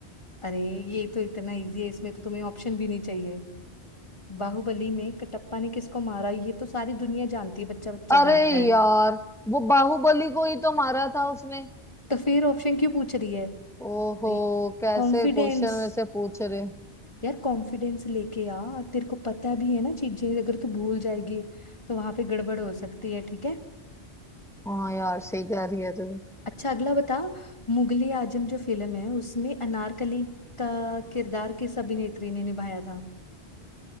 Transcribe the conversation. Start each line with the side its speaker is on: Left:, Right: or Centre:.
Left: अरे ये तो इतना इजी है इसमें तो तुम्हें ऑप्शन भी नहीं चाहिए बाहुबली में कटप्पा ने किसको मारा ये तो सारी दुनिया जानती है बच्चा बच्चा
Centre: अरे
Left: जानता है
Centre: यार वो बाहुबली को ही तो मारा था उसने
Left: तो फिर ऑप्शन क्यों पूछ रही है अरे
Centre: ओहो कैसे
Left: कॉन्फिडेंस
Centre: क्वेश्चन में से पूछ रहे
Left: यार कॉन्फिडेंस लेके आ तेरे को पता भी है ना चीजें अगर तू भूल जाएगी तो वहां पे गड़बड़ हो सकती है ठीक है
Centre: हाँ यार सही कह रही है तू
Left: अच्छा अगला बता मुगले आजम जो फिल्म है उसमें अनारकली का किरदार किस अभिनेत्री ने निभाया था